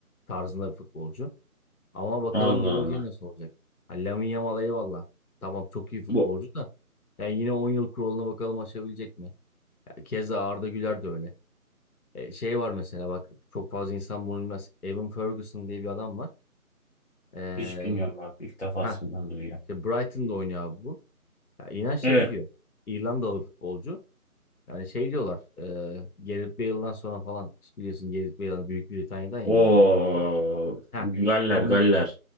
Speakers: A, on the left; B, on the left.
A: tarzında bir futbolcu. Ama bakalım
B: Allah
A: geleceği
B: Allah.
A: nasıl olacak. Hani Lamine Yamal eyvallah. Tamam çok iyi futbolcu
B: Bu.
A: da. Yani yine 10 yıl kuralına bakalım aşabilecek mi? Ya keza Arda Güler de öyle. E, şey var mesela bak çok fazla insan bunu bilmez. Evan Ferguson diye bir adam var. Eee
B: Hiç bilmiyorum bak ilk defasından
A: ha
B: duyuyorum.
A: işte Brighton'da oynuyor abi bu. Ya inan şey
B: Evet.
A: diyor. İrlandalı futbolcu. Yani şey diyorlar, e, Gareth Bale'dan sonra falan biliyorsun Gareth Bale Büyük Britanya'dan ya İngiltere'den.
B: O
A: Ha,
B: Galler,
A: on,
B: Galler.